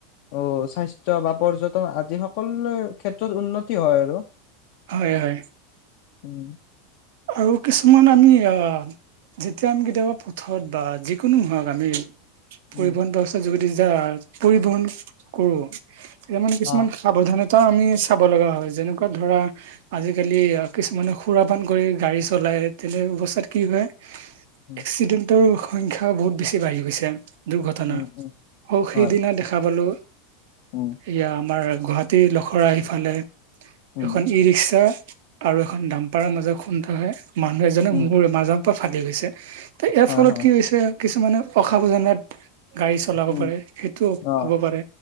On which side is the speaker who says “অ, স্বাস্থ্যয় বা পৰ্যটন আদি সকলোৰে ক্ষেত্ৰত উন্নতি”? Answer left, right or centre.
Left